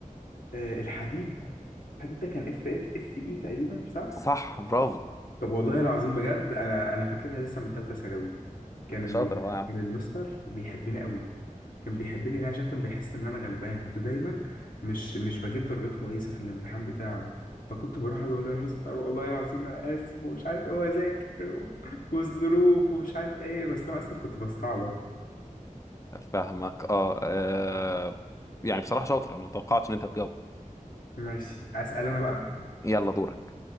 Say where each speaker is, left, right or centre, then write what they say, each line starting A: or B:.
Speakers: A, on the left (about 80°); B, on the left (about 20°).
A: آه، الحديد الحديد ده كان اف اف اف اي تقريبا صح؟
B: صح برافو
A: طب والله العظيم بجد انا انا فاكرها لسه من ثالثه ثانوي كان
B: أنت
A: ال...
B: شاطر أهو يا
A: كان المستر بيحبني قوي كان بيحبني ليه عشان كان بيحس ان انا غلبان كنت دايما مش مش بجيب درجات كويسه في الامتحان بتاعه فكنت بروح اقعد اقول له يا مستر والله العظيم انا اسف ومش عارف ايه واذاكر و- والظروف ومش عارف ايه بس انا اصلا كنت بستعبط
B: فاهمك اه آه، يعني بصراحة شاطر انا متوقعتش ان انت هتجاوب
A: ماشي اسال انا بقى
B: يلا دورك